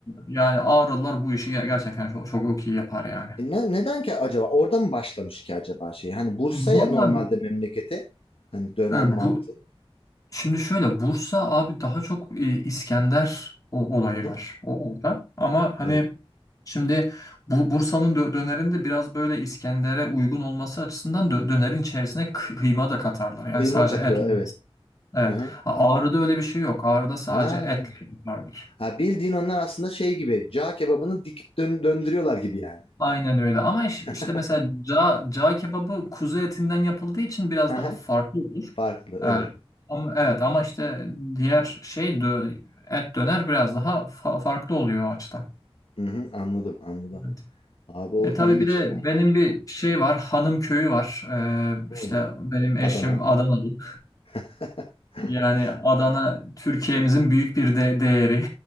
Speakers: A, on the left; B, on the left.
A: yani ağırlılar bu işi ge- gerçekten çok, çok iyi yapar yani.
B: E ne- neden ki acaba? Orada mı başlamış ki acaba şey? Hani Bursa'ya
A: Vallahi
B: normalde
A: bu
B: memlekete Hani döner
A: e,
B: mantı.
A: bu Şimdi şöyle Bursa abi daha çok e, İskender o, olayı
B: Hı hı.
A: var o orada. Ama hani
B: Evet.
A: şimdi bu Bursa'nın dö- dönerinde biraz böyle İskender'e uygun olması açısından dö- dönerin içerisine k- kıyma da katarlar. Yani
B: Kıyma
A: sadece
B: katıyor
A: et olmaz.
B: evet.
A: Evet.
B: Hı hı.
A: A- Ağrı'da öyle bir şey yok. Ağrı'da sadece
B: Ha.
A: et yaparlar.
B: Ha, bildiğin onlar aslında şey gibi. Cağ kebabını dikip dön- döndürüyorlar gibi yani.
A: Aynen öyle. Ama iş-
B: <laughs>
A: işte mesela ca, cağ kebabı kuzu etinden yapıldığı için biraz
B: Hı
A: daha
B: hı.
A: farklı olur.
B: Farklı
A: Ee,
B: evet.
A: ama, evet ama işte diğer şey dö- et döner biraz daha fa- farklı oluyor o açıdan.
B: Hı hı, anladım anladım.
A: Evet.
B: Abi o
A: E, tabii
B: iyiymiş
A: bir de
B: ya.
A: benim bir şey var. Hanım köyü var. Ee,
B: Hı.
A: işte benim eşim
B: Adana.
A: Adanalı.
B: <laughs>
A: Yani Adana Türkiye'mizin büyük bir de değeri.